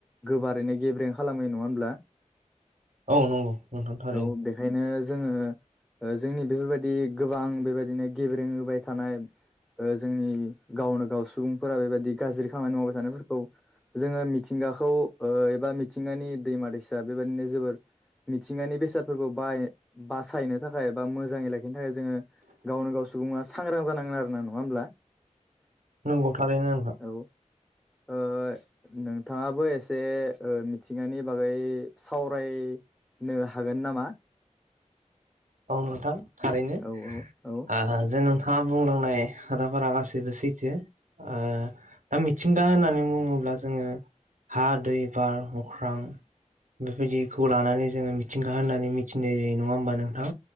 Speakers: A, in the centre; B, on the right.
A: गोबारैनो गेब्रें खालामो नङा होनब्ला
B: औ नंगौ नोंथां थारैनो
A: औ बेखायनो जोङो ओ जोंनि बेफोरबायदि गोबां बेबायदिनो गेब्रें होबाय थानाय ओ जोंनि गावनो गाव सुबुंफोरा बेबायदि गाज्रि खामानि मावबाय थानायफोरखौ जोङो मिथिंगा खौ ओ एबा मिथिंगानि दैमा दैसा बेबायदिनो जोबोर मिथिंगानि बेसादफोरखौ बाय बासायनो थाखाय बा मोजाङै लाखिनो थाखाय जोङो गावनो गाव सुबुङा सांग्रां जानांगोन आरो ना नङा होमब्ला
B: नंगौ थारैनो नोंथां
A: औ ओ नोंथाङा बो एसे ओ मिथिंगानि बागै सावराय नो हागोन नामा
B: औ नोंथां थारैनो आ
A: औ औ औ
B: जो नोंथाङा बुंलां नाय खोथाफोरा गासैबो सैथो दा मिथिंगा होननानै बुङोब्ला जोङो हा दै बार अख्रां बेबायदिखौ लानानै जों मिथिंगा होननानै मिथिनाय जायो नङा होमबा नों थां